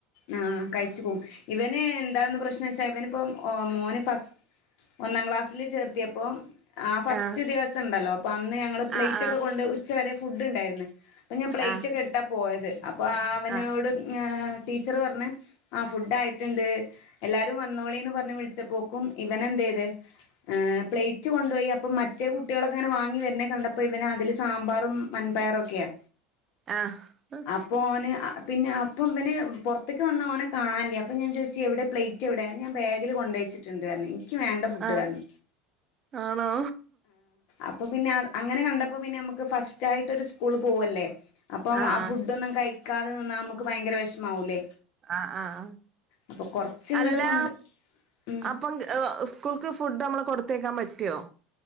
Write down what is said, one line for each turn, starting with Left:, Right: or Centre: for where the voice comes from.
Left: ആ. കഴിച്ച് പോവും ഇവന് എന്താന്ന് പ്രശ്നം വെച്ചാ ഇവന് ഇപ്പോ. ഓ മോന് ഫസ്റ്റ് ഒന്നാം ക്ലാസ്സിൽ ചേർത്തിയപ്പോ ആ ഫസ്റ്റ്
Right: ആഹ്
Left: ദിവസം ഉണ്ടല്ലോ. അന്ന് ഞങ്ങള് പ്ലേറ്റ്
Right: ആഹ്
Left: ഒക്കെ കൊണ്ട് ഉച്ച വരെ ഫുഡ് ഉണ്ടായിരുന്നു. അപ്പൊ ഞാൻ പ്ലേറ്റ്
Right: ആഹ്
Left: ഒക്കെ എടുത്താ പോയത് അപ്പൊ അവനോട്
Right: ആഹ്
Left: ടീച്ചറ് പറഞ്ഞ്. ആ ഫുഡ് ആയിട്ടുണ്ട് എല്ലാരും വന്നോളീന്ന് പറഞ്ഞ് വിളിച്ചപ്പോക്കും ഇവന് എന്ത്‌ ചെയ്ത്. എ പ്ലേറ്റ് കൊണ്ട് പോയി അപ്പം മറ്റേ കുട്ടികളക്കെങ്ങനെ വാങ്ങി വരണ കണ്ടപ്പോ ഇവന് അതില് സാമ്പാറും. വൻപയറൊക്കെയാ
Right: ആഹ് ആഹ്
Left: അപ്പോ ഓന്. പിന്നെ അപ്പം ഇവന് പുറത്തേക്ക് വന്ന ഓനെ കാണാനില്ല അപ്പം ഞാൻ ചോദിച്ച് എവിടെ പ്ലേറ്റ് എവിടെ ഞാൻ ബാഗില് കൊണ്ടുവെച്ച്. ടുണ്ട് പറഞ്. എനിക്ക് വേണ്ട ഫുഡ്‌
Right: ആഹ്
Left: പറഞ്ഞു
Right: ആണോ
Left: അപ്പൊ പിന്നെ അങ്ങനെ കണ്ടപ്പോ. അപ്പൊ പിന്നെ നമുക്ക് ഫസ്റ്റ് ആയിട്ട് ഒരു സ്കൂൾ പോവല്ലേ അപ്പൊ
Right: ആഹ്
Left: ആ ഫുഡ് ഒന്നും കഴി. ക്കാതെ വന്നാ നമുക്ക് ഭയങ്കര വിഷമാവൂലേ.
Right: ആ ആആ
Left: അപ്പൊ കൊറച്ച് ഇങ്ങട്
Right: അല്ലാ
Left: കൊണ്ട് ഉം
Right: അപ്പം. സ്കൂൾക്ക് ഫുഡ് നമ്മള് കൊടുത്തേക്കാൻ പറ്റുമോ?